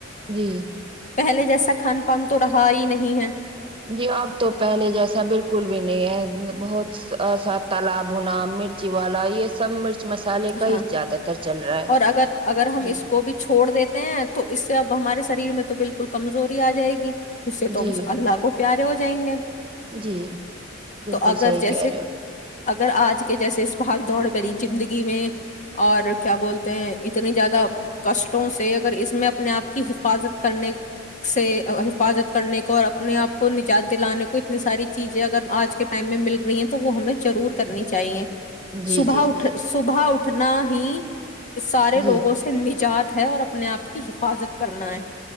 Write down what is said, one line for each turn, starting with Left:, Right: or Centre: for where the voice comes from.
Right: جی
Left: پہلے جیسا کھان پان تو رہا ہی نہیں ہے
Right: جی اب تو پہلے جیسا بالکل بھی نہیں ہے بہت ای سا تالا بھنا مرچی والا یہ سب مرچ مسالے کا ہی
Left: ہاں
Right: زیادہ تر چل رہا ہے
Left: اور اگر اگر ہم
Right: جی
Left: اس کو بھی چھوڑ دیتے تو اس سے اب ہمارے شریر میں تو بالکل کمزوری آ جائے گی اس سے
Right: جی
Left: تو اللہ کو پیارے ہو جائیں گے
Right: جی بالکل
Left: تو اگر
Right: صحی
Left: جیسے
Right: کہہ رہے ہو
Left: اگر آج کے جیسے اس بھگ دوڑ پر زندگی ی میں اور کیا بولتے ہیں اتنی زیادہ کشٹوں سے اگر اس میں اپنے آپ کی حفاظت کرنے سے حفاظت کرنے کو اور اپنے آپ کو نجات دلانے کو اتنی ساری چیزیں اگر آج کے ٹائم میں مل رہی ہیں تو وہ ہمیں ضرور کرنی چاہیے
Right: جی
Left: صبح
Right: جی جی
Left: اٹھ صبح اٹھنا ہی اس سارے
Right: جی
Left: روگوں سے نجات ہے اور اپنے آپ کی حفاظت کرنا ہے